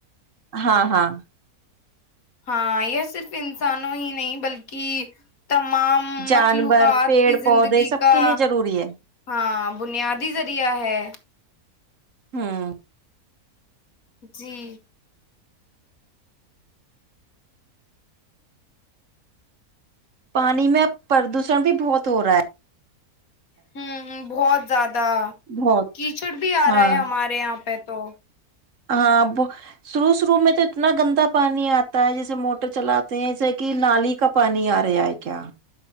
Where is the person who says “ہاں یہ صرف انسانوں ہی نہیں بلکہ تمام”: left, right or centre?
Left